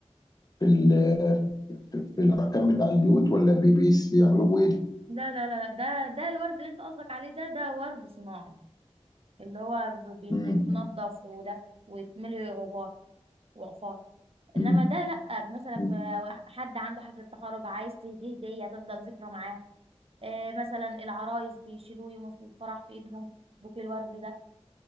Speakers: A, on the left; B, on the right.
A: في ال في في الاركان بتاع البيوت ولا بي- بيس- بيعملوه بايه؟
B: لا لا لا لا، ده ده الورد اللي انت قصدك عليه ده ده ورد صناعي اللي هو بي-
A: مم.
B: بيتنضف وده ويتملي غبار وعفار
A: مم.
B: انما ده لا مثلا
A: مم.
B: حد عنده حفلة تخرج عايز تهديه هدية تفضل ذكرى معاه آه مثلا العرايس بيشيلوه يوم في الفرح في ايدهم بوكيه الورد ده